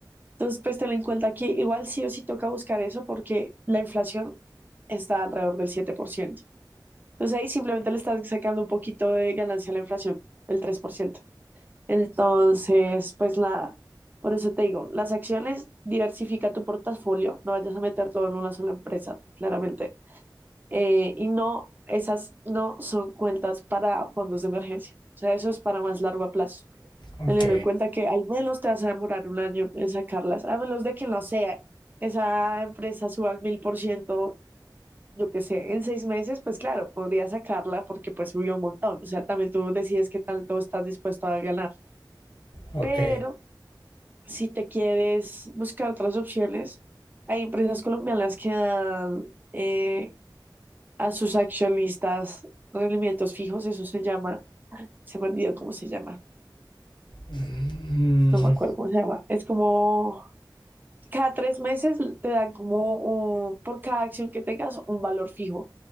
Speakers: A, on the right; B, on the left.
A: Entonces, pues ten en cuenta que igual sí o sí toca buscar eso porque la inflación está alrededor del 7%. Entonces ahí simplemente le estás sacando un poquito de ganancia a la inflación, el 3%. Entonces, pues la, por eso te digo, las acciones, diversifica tu portafolio, no vayas a meter todo en una sola empresa, claramente eh, y no, esas no son cuentas para fondos de emergencia. O sea, eso es para más largo plazo.
B: Ok,
A: Teniendo en cuenta que al menos te vas a demorar un año en sacarlas, a menos de que no sea esa empresa suba al mil por ciento, yo qué sé, en seis meses, pues claro, podría sacarla porque pues subió un montón. O sea, también tú decides qué tanto estás dispuesto a ganar.
B: ok.
A: Pero si te quieres buscar otras opciones, hay empresas colombianas que dan eh, a sus accionistas rendimientos fijos, eso se llama, se me olvidó cómo se llama,
B: Mm,
A: no me acuerdo cómo se llama, es como cada tres meses te dan como un- por cada acción que tengas un valor fijo,